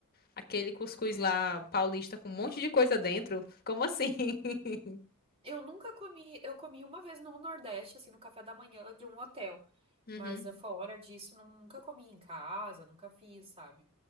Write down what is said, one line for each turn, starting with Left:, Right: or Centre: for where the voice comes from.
Left: Aquele cuscuz lá paulista com um monte de coisa dentro. Como assim? <laughs>
Right: Eu nunca comi, eu comi uma vez no Nordeste, assim, no café da manhã de um hotel.
Left: Uhum.
Right: Mas eh, fora disso, nunca comi em casa, nunca fiz, sabe?